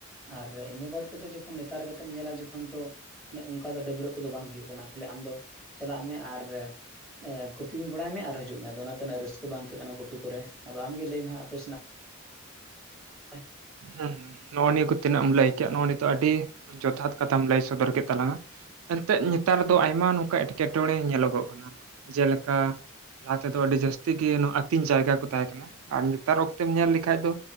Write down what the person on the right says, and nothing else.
ᱦᱮᱸ ᱱᱚᱜᱼᱚ ᱱᱤᱭᱟᱹ ᱠᱚ ᱛᱤᱱᱟᱹᱜ ᱮᱢ ᱞᱟᱹᱭ ᱠᱮᱜᱼᱟ ᱱᱚᱜ-ᱚ ᱱᱤᱛᱚᱜ ᱟᱹᱰᱤ ᱡᱚᱛᱷᱟᱛ ᱠᱟᱛᱷᱟᱢ ᱞᱟᱹᱭ ᱥᱚᱫᱚᱨ ᱠᱮᱫ ᱛᱟᱞᱟᱝ ᱟ ᱮᱱᱛᱮᱜ ᱱᱮᱛᱟᱨ ᱫᱚ ᱟᱭᱢᱟ ᱱᱩᱝᱠᱟ ᱮᱸᱴᱠᱮᱴᱚᱬᱮ ᱧᱮᱞᱚᱜᱚᱜ ᱠᱟᱱᱟ ᱡᱮᱞᱮᱠᱟ ᱞᱟᱦᱟ ᱛᱮᱫᱚ ᱟᱹᱰᱤ ᱡᱟᱹᱥᱛᱤ ᱤᱭᱟᱹ ᱱᱚ ᱟᱹᱛᱤᱧ ᱡᱟᱭᱜᱟ ᱠᱩ ᱛᱟᱦᱮᱸ ᱠᱟᱱᱟ ᱟᱨ ᱱᱮᱛᱟᱨ ᱚᱠᱛᱮᱢ ᱧᱮᱞ ᱞᱮᱠᱷᱟᱡ ᱫᱚ